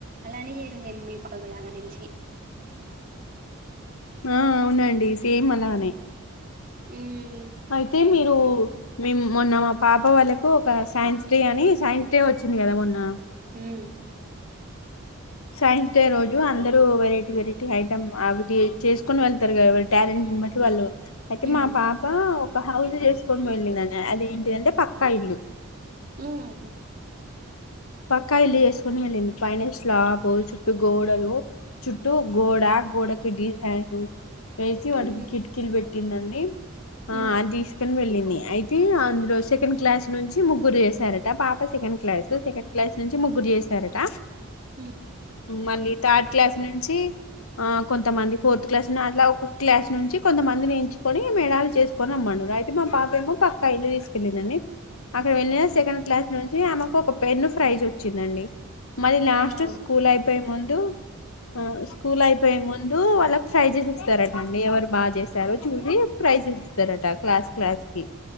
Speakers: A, on the right; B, on the left.
A: అలానే చేసింది మీ పాప కూడా నాకు తెలిసి
B: ఆ అవునండి సేమ్ అలానే,
A: హ్మ్
B: అయితే మీరు మేము మొన్న మా పాప వాళ్ళకు ఒక సైన్స్ డే అని సైన్స్ డే వచ్చింది కదా మొన్న
A: మ్మ్
B: సైన్స్ డే రోజు అందరు వెరైటీ వెరైటీ ఐటమ్ అవి చేసుకొని వెళ్తారు కదా వాళ్ళ టాలెంట్ <unintelligible> వాళ్ళు అయితే
A: హ్మ్
B: మా పాప ఒక హౌస్ చేసుకొని పోయింది అది ఏంటిదంటే పక్కా ఇల్లు
A: హ్మ్
B: పక్కా ఇల్లు చేసుకుని వెళ్ళింది పైనస్లాపు చుట్టూ గోడలు చుట్టూ గోడ ఆ గోడ కు డి అ ఊ ఏసి వాటికి
A: హ్మ్
B: కిటికీలు పెట్టిందండి ఆ
A: హ్మ్
B: అది తీసుకని వెళ్ళింది అయితే అందులో సెకండ్ క్లాస్ నుంచి ముగ్గురు చేశారట పాప సెకండ్ క్లాస్ సెకండ్ క్లాస్ నుంచి ముగ్గురు చేశారట
A: ఉ
B: మళ్ళీ థర్డ్ క్లాస్ నుంచి ఆ కొంతమంది ఫోర్త్ క్లాస్ అట్లా ఒక్క క్లాస్ నుంచి కొంతమందిని ఎంచుకొని మేడలు చేసుకొని రమ్మం రయితే మా పాపెమో పక్కా ఇళ్లు తీసుకెళ్ళిందండి అక్కడ వెళ్ళిన సెకండ్ క్లాస్ నుంచి ఆమెకు ఒక పెన్ను ప్రైజ్ వచ్చిందండి మరి లాస్ట్
A: వావ్
B: స్కూల్ అయిపోయే ముందు ఆ స్కూల్ అయిపోయే ముందు వాళ్ళకి ఫ్రైజేస్ ఇస్తారటండి ఎవరు బాగా చేసారు చూసి ఫ్రై ప్రైజెస్ ఇస్తారట క్లాస్ క్లాస్ కి